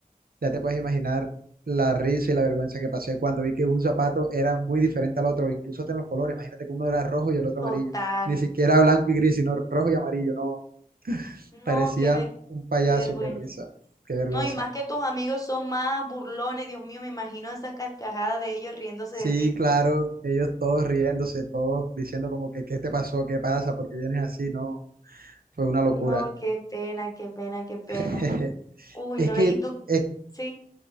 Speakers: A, on the right (about 80°); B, on the left (about 25°).
A: ya te puedes imaginar la risa y la vergüenza que pasé cuando vi que un zapato era muy diferente al otro, incluso hasta en los colores. Imagínate que uno era rojo y el otro
B: total.
A: amarillo. Ni siquiera blanco y gris, sino rojo y amarillo. No,
B: No,
A: parecía
B: qué, ve-
A: un payaso.
B: qué vergüenza.
A: Qué risa, qué vergüenza.
B: No, y más que tus amigos son más burlones, Dios mío, me imagino esas carcajadas de ellos riéndose
A: Sí,
B: de ti.
A: claro, ellos todos riéndose, todos diciendo como que, ¿qué te pasó? ¿Qué pasa? ¿Por qué vienes así? No, fue una locura.
B: No, qué pena, qué pena, qué pena.
A: <laughs>
B: Uy,
A: Es
B: no,
A: que
B: y tú,
A: es
B: sí,